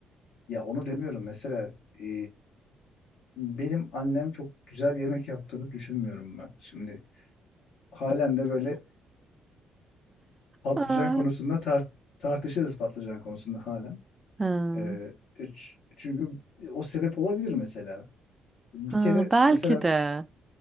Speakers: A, on the left; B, on the right.
A: ya onu demiyorum. Mesela e, benim annem çok güzel yemek yaptığını düşünmüyorum ben. Şimdi halen de böyle patlıcan
B: Ha.
A: konusunda tar- tartışırız patlıcan konusunda halen.
B: Ha.
A: Ee, ç- çünkü e, o sebep olabilir mesela. Bir
B: Ha,
A: kere
B: belki
A: mesela
B: de.